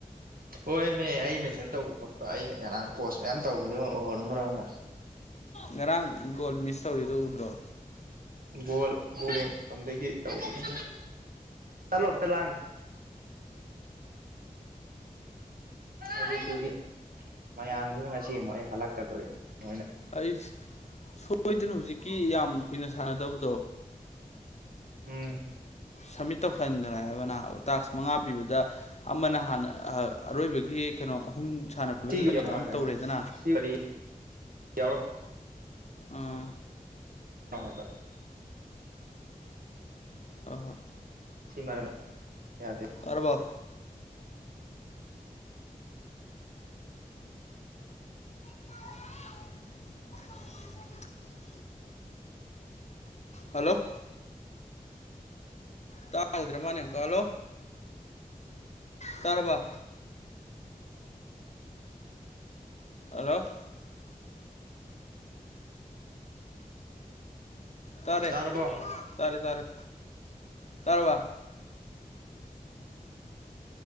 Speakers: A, on the right; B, on the left.
A: ꯍꯣꯏꯑꯃꯦ ꯑꯩ ꯃꯦꯟꯁꯟ ꯇꯧꯕ ꯈꯣꯠꯄ ꯑꯩꯅ ꯉꯔꯥꯡ ꯄꯣꯁ ꯃꯌꯥꯝ ꯇꯧꯈꯤꯕꯗꯣ ꯎꯍꯧꯔꯝꯃꯔꯣꯢ ꯅꯣꯏ
B: ꯉꯔꯥꯡ ꯒꯣꯜ ꯃꯤꯁ ꯇꯧꯔꯤꯗꯣ ꯎꯗ꯭ꯔꯣ
A: ꯕꯣꯜ ꯕꯣꯜ ꯂꯩꯐꯝꯗꯒꯤ ꯇꯧꯕꯅꯤꯗ ꯆꯠꯂꯣ ꯑꯝꯇ ꯂꯥꯡꯅꯣ ꯑꯗꯨꯗꯨꯒꯤ ꯃꯌꯥꯝꯗꯨꯅ ꯉꯥꯁꯤ ꯑꯃꯨꯛ ꯑꯩ ꯍꯜꯂꯛꯀꯗꯧꯔꯤꯝ ꯃꯣꯏꯅ
B: ꯑꯩꯁ ꯁꯣꯏꯗꯅ ꯍꯧꯖꯤꯛꯀꯤ ꯌꯥꯝ ꯀꯨꯏꯅ ꯁꯥꯟꯅꯗꯕꯗꯣ
A: ꯎꯝ
B: ꯁꯝꯃꯤꯠ ꯇꯧꯁꯟꯒ꯭ꯔꯦ ꯍꯥꯏꯕ ꯅꯥꯕ ꯇꯥꯛꯁ ꯃꯉꯥ ꯄꯤꯕꯗ ꯑꯃꯅ ꯍꯥꯟꯅ ꯑꯥ ꯑꯔꯣꯏꯕꯒꯤ ꯀꯩꯅꯣ ꯑꯍꯨꯝ ꯁꯥꯟꯅ
A: ꯁꯤꯒꯤ ꯌꯥꯎꯅꯣ ꯍꯥꯏꯔꯒ
B: <unintelligible>
A: ꯑꯩꯅ
B: ꯇꯧꯔꯦꯗꯅ
A: ꯁꯤ ꯋꯥꯔꯤ ꯌꯥꯎꯔꯛꯀꯅꯣ
B: ꯑꯥ
A: <unintelligible>
B: ꯍꯣꯏ ꯍꯣꯏ
A: ꯁꯤꯃꯔꯝ ꯌꯥꯗꯦ
B: ꯇꯥꯔꯕꯣ <unintelligible> ꯍꯜꯂꯣ ꯇꯥꯒꯤꯗ꯭ꯔꯃꯅꯦ ꯑꯝꯀꯥ ꯍꯜꯂꯣ ꯇꯥꯔꯕ ꯍꯜꯂꯣ ꯇꯥꯔꯦ
A: ꯇꯥꯔꯕꯣ
B: ꯇꯥꯔꯦ ꯇꯥꯔꯦ ꯇꯔꯥꯕ